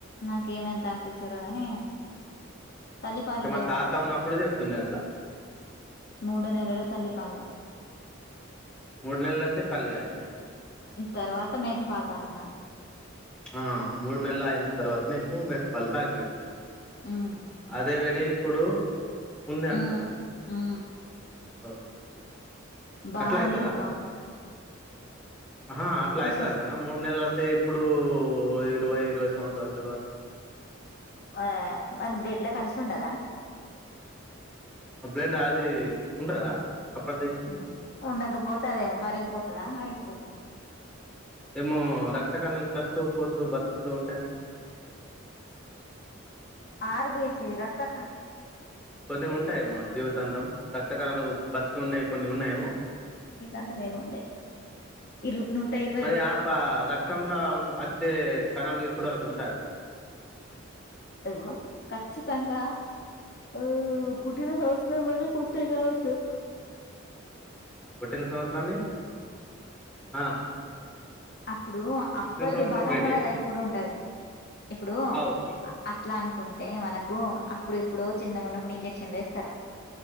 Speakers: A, on the left; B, in the centre.
A: నాకు ఏమేం తాగిపిచ్చిరు గాని తల్లిపాలు
B: అ మ
A: లేవు
B: తాత
A: అంతే
B: ఉన్నప్పుడు చెప్తుండే అట్లా
A: మూడు నెలల తల్లిపాలు
B: మూడు నెలలకే తల్లి అయిందా
A: తర్వాత మేక పాలు తాగిన
B: ఆ మూడు నెల్లయిన తరువతనేకు నీకు మెకపాల్ తగిపి
A: ఉమ్
B: అదేవిడి ఇప్పుడు ఉంది అంటారు
A: ఉ మ్
B: అవునా
A: బాడిబ్బా
B: అట్లా అయితదా ఆహా అట్లా అయితదటన
A: వస్తాయి
B: మూడు నెలలు అయితే ఇప్పుడు ఇరవై ఇరవై సంవత్సాల తర్వాత
A: ఆ అది బ్రెడ్ ల కలిసి ఉండదా
B: బ్లడ్ అది ఉంటదా అప్పటిది ఇప్పుడు
A: ఉ ఉండకపోతే అదేమ్ కరిగిపోతదా అరిగిపోతదా
B: ఎమో రక్త కణాల్ చస్తూ పో తు బత్కుతూ ఉంటయ్
A: ఆర్ బి సి రక్త క
B: కొన్ని ఉంటాయ్ మా జీవతంతం రక్తకణాలు బత్కి ఉన్నయ్ కొన్ని ఉన్నయేమో
A: అంటెవేవ్ ఉండయ్ ఇరు నూట ఇర్
B: మరి ఆప రక్తంల ఉ ఒచ్చే కణాలు ఇప్పుటి వరకు ఉంటాద్
A: వు కచ్చితంగా ఆ పుట్టిన సంవత్స్రం వరకు ఉంటయ్ కావొచ్చు
B: పుట్టిన సంవత్సరమే ఆ
A: అప్పుడు అప్పడ్ది
B: పుట్టిన సంవత్సరం
A: బలమ్
B: బేడి
A: కదా ఇప్పుడు ఉంటది ఇప్పుడు
B: అవు
A: అ అట్లన్ కుంటే మనకు అప్పుడ్ ఎప్పుడో చిన్నగున్నప్పుడు ఇంజెక్షన్లు ఏస్తరు